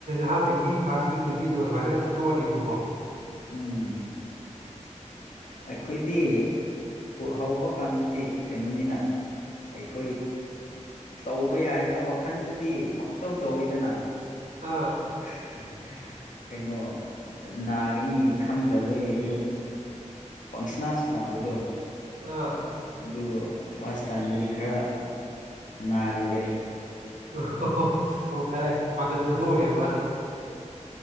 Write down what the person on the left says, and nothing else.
ꯎꯝ ꯎꯝ ꯑꯩꯈꯣꯏꯗꯤ ꯍꯧꯕ ꯀꯥꯟꯗꯗꯤ ꯀꯩꯅꯣꯅꯤꯅ ꯑꯩꯈꯣꯏ ꯇꯧꯕ ꯌꯥꯏꯅ ꯋꯥꯈꯜꯗꯗꯤ ꯄꯪꯇꯧ ꯇꯧꯋꯤꯗꯅ
<unintelligible> ꯀꯩꯅꯣ ꯅꯥꯒꯅꯤ ꯈꯪꯗꯕꯩ ꯑꯗꯨꯝ ꯄꯪꯁꯅꯥꯁ ꯅꯥꯕꯗꯣ
ꯑꯗꯨ ꯐꯥꯔꯁ ꯇꯥꯏꯝꯗꯗꯤ ꯈꯔ ꯅꯥꯔꯨꯔꯦ